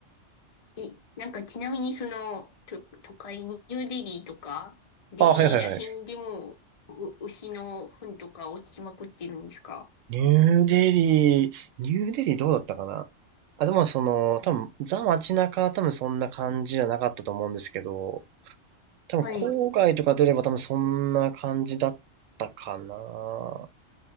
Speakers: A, on the left; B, on the right.
A: い、なんかちなみにその、と、都会にニューデリーとか、デリーら辺でも、
B: あ、はいはいはい。
A: う、牛の糞とか落ちまくってるんですか
B: ニューデリー、ニューデリーどうだったかなあ、でもその、多分、ザ街中は多分そんな感じじゃなかったと思うんですけど、多分郊外とか出れば多分そんな感じだったかな。
A: はい。